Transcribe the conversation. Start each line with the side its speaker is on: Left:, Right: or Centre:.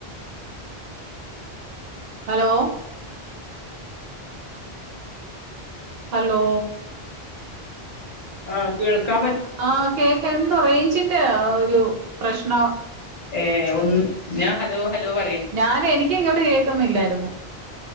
Right: hello hello
Left: ആഹ് കേൾക്കാം
Right: ആഹ് കേക്കാം എന്തോ റെയിഞ്ചിന്റെ ആഹ്‌ ഒരു പ്രശ്നോ
Left: ഏഹ് ഒന്ന് ഞാ ഹലോ ഹലോ വെ
Right: ഞാനെ എനിക്കിങ്ങോട്ട് കേക്കുന്നില്ലാരുന്നു